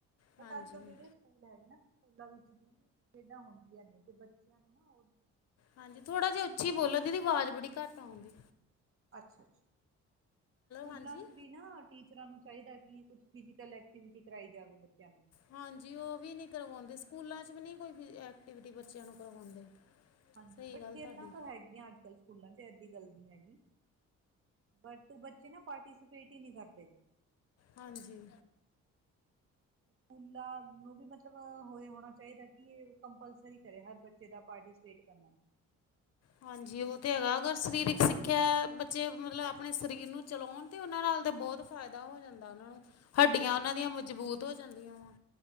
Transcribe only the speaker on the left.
ਹਾਂਜੀ
ਹਾਂਜੀ। ਥੋੜ੍ਹਾ ਜਿਹਾ ਉੱਚੀ ਬੋਲੋ ਦੀਦੀ, ਆਵਾਜ਼ ਬੜੀ ਘੱਟ ਆਉਣ ਦਈ।
ਹਾਂਜੀ
ਹਾਂਜੀ। ਉਹ ਵੀ ਨਹੀਂ ਕਰਵਾਉਂਦੇ, ਸਕੂਲਾਂ 'ਚ ਵੀ ਨਹੀਂ ਕੋਈ ਫਿ ਐਕਟੀਵਿਟੀ ਬੱਚਿਆਂ ਨੂੰ ਕਰਵਾਉਂਦੇ।
ਸਹੀ
ਗੱਲ
ਤੁਹਾਡੀ
ਹਾਂਜੀ।
ਹਾਂਜੀ ਉਹ ਤੇ ਹੈਗਾ, ਅਗਰ ਸਰੀਰਕ ਸਿੱਖਿਆ ਬੱਚੇ ਮਤਲਬ ਆਪਣੇ ਸਰੀਰ ਨੂੰ ਚਲਾਉਣ ਤੇ ਓਨਾਂ ਨਾਲ ਤਾਂ ਬਹੁਤ ਫਾਇਦਾ ਹੋ ਜਾਂਦਾ ਉਹਨਾਂ ਨੂੰ। ਹੱਡੀਆਂ
ਉਹਨਾਂ ਦੀਆਂ ਮਜ਼ਬੂਤ ਹੋ ਜਾਂਦੀਆਂ ਵਾ,